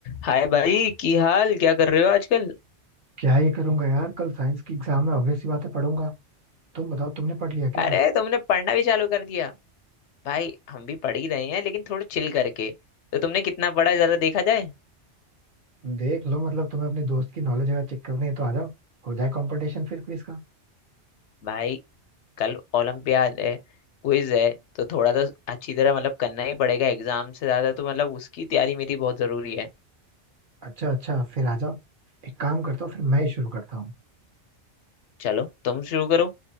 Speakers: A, on the left; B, on the right.
A: हाय भाई की हाल क्या कर रहे हो आजकल
B: क्या ही करूंगा यार कल साइंस की एग्जाम है ऑब्वियस सी बात है पढ़ूंगा तुम बताओ तुमने पढ़ लिया क्या
A: अरे तुमने पढ़ना भी चालू कर दिया भाई हम भी पढ़ ही रहे हैं लेकिन थोड़ा चिल करके तो तुमने कितना पढ़ा जरा देखा जाए
B: देख लो मतलब तुम्हें अपने दोस्त की नॉलेज अगर चेक करनी है तो आ जाओ हो जाए कंपटीशन फिर क्विज का
A: भाई कल ओलंपियाड है क्विज है तो थोड़ा तो अच्छी तरह मतलब करना ही पड़ेगा एग्जाम से ज्यादा तो मतलब उसकी तैयारी मेरी बहुत जरूरी है
B: अच्छा अच्छा फिर आ जाओ एक काम करता हूँ फिर मैं ही शुरू करता हूँ
A: चलो तुम शुरू करो